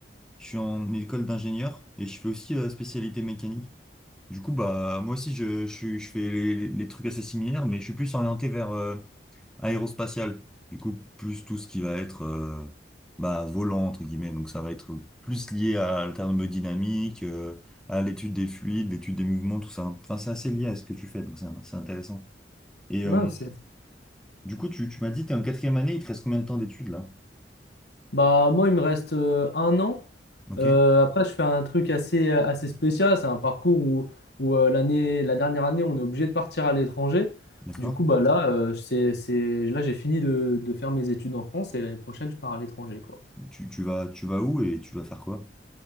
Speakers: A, in the centre; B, on the left (about 75°).
A: je suis en école d'ingénieur et je fais aussi euh, spécialité mécanique. Du coup, bah, moi aussi, je, je, suis- je fais les, les trucs assez similaires, mais je suis plus orienté vers euh, aérospatial. Du coup, plus tout ce qui va être euh, bah, volant, entre guillemets. Donc, ça va être plus lié à la thermodynamique, euh, à l'étude des fluides, l'étude des mouvements, tout ça. Enfin, c'est assez lié à ce que tu fais, donc c'est c'est intéressant. Et
B: non,
A: euh,
B: c'est-
A: du coup, tu, tu m'as dit, tu es en quatrième année, il te reste combien de temps d'études là?
B: Bah, moi, il me reste euh, un an.
A: Ok,
B: Euh, après, je fais un truc assez, assez spécial. C'est un parcours où, où, euh, l'année, la dernière année, on est obligé de partir à l'étranger.
A: d'accord.
B: Du coup, bah, là, euh, c'est, c'est- là j'ai fini de, de faire mes études en France et l'année prochaine, je pars à l'étranger, quoi.
A: Tu, tu vas, tu vas où et tu vas faire quoi?